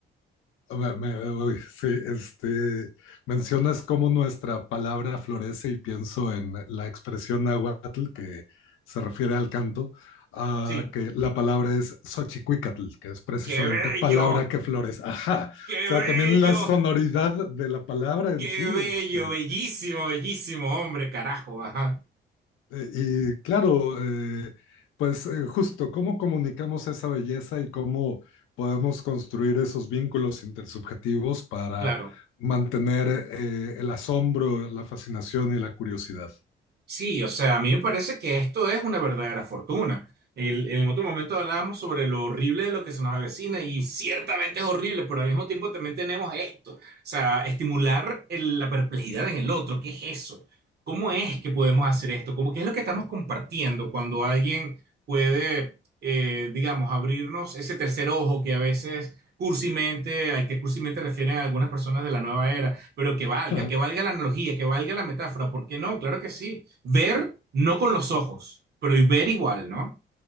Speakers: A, on the left; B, on the right.
A: Me- me- uy, sí, este, mencionas cómo nuestra palabra florece y pienso en la expresión náhuatl que se refiere al canto, ah,
B: Sí,
A: que la palabra es xochicuicatl, que es precisamente
B: qué bello,
A: palabra que florece. Ajá. O
B: qué
A: sea,
B: bello,
A: también la sonoridad de la palabra en
B: qué
A: sí, este,
B: bello, bellísimo, bellísimo, hombre, carajo, ajá,
A: Eh, Y claro, eh, pues eh, justo, ¿cómo comunicamos esa belleza y cómo podemos construir esos vínculos intersubjetivos para
B: claro.
A: mantener eh, el asombro, la fascinación y la curiosidad?
B: Sí, o sea, a mí me parece que esto es una verdadera fortuna. El- en otro momento hablábamos sobre lo horrible de lo que se nos avecina y ciertamente es horrible, pero al mismo tiempo también tenemos esto. O sea, estimular el- la perplejidad en el otro. ¿Qué es eso? ¿Cómo es que podemos hacer esto? ¿Cómo, qué es lo que estamos compartiendo cuando alguien puede, eh, digamos, abrirnos ese tercer ojo que a veces cursimente, al que cursimente refieren algunas personas de la nueva era, pero que valga,
A: <laughs>
B: que valga la analogía, que valga la metáfora. ¿Por qué no? Claro que sí. Ver, no con los ojos, pero y ver igual, ¿no?